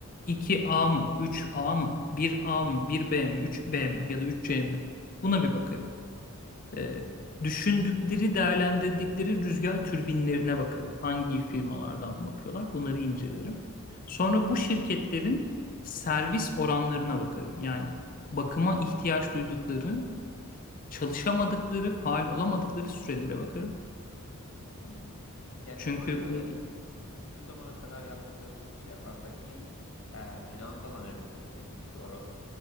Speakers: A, on the left; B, on the left.
A: iki a mı, üç a mı, bir a mı, bir b mi, üç b mi ya da üç c mi? Buna bir bakarım. E, düşündükleri, değerlendirdikleri rüzgar türbinlerine bakarım. Hangi firmalardan bakıyorlar, bunları incelerim. Sonra bu şirketlerin servis oranlarına bakarım. Yani bakıma ihtiyaç duydukları, çalışamadıkları, faal olamadıkları sürelere bakarım.
B: Hı. Yani
A: Çünkü
B: o zaman şöyle
A: burada
B: şu zamana kadar yaptıklarımızı bir şey yaparsak bir e, finansal analiz dedin. Doğru.